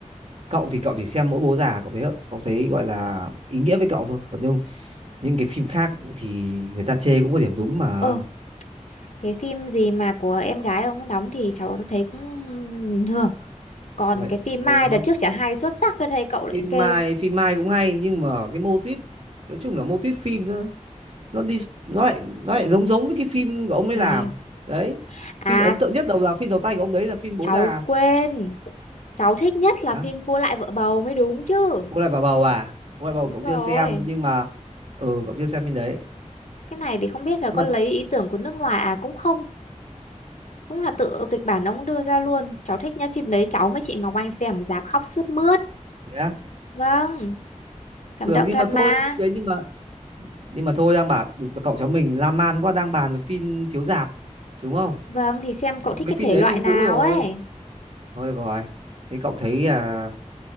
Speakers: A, on the right; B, on the left.
A: cậu thì cậu chỉ xem mỗi bố già cậu thấy cậu thấy gọi là ý nghĩa với cậu thôi. Còn nhưng những cái phim khác thì người ta chê cũng có điểm đúng mà.
B: Ờ, cái phim gì mà của em gái ông đóng thì cháu thấy cũng bình thường còn
A: Đấy.
B: cái phim
A: Ừ.
B: Mai đợt trước chả hay xuất sắc cơ thầy cậu lại
A: Phim
B: kêu
A: Mai, phim Mai cũng hay nhưng mà cái mô típ nói chung là mô típ phim nó nó đi nó lại nó lại giống giống với cái phim của ông ấy
B: hay
A: làm. Đấy
B: à
A: phim ấn tượng nhất đầu là phim đầu tay của ông đấy là phim bố
B: cháu
A: già
B: quên cháu thích nhất là
A: đó
B: phim Cua lại vợ bầu mới đúng chứ
A: cô lại vào bầu à cô lại bầu
B: đúng
A: cậu
B: rồi
A: chưa xem nhưng mà ừ cậu chưa xem phim đấy
B: cái này thì không biết là
A: nhưng
B: có
A: mà
B: lấy ý tưởng của nước ngoài à cũng không cũng là tự kịch bản ông đưa ra luôn cháu thích nhất phim đấy cháu với chị Ngọc Anh xem rạp khóc sướt mướt
A: thế á?
B: vâng cảm
A: được
B: động
A: nhưng
B: thật
A: mà
B: mà
A: thôi phim đấy nhưng mà nhưng mà thôi đang bảo được- cậu cháu mình lan man quá đang bàn về phim chiếu rạp đúng không
B: vâng thì xem
A: mấy
B: cậu thích cái thể
A: phim đấy
B: loại
A: phim
B: nào
A: cũ rồi
B: ấy
A: thôi được rồi thế cậu thấy à,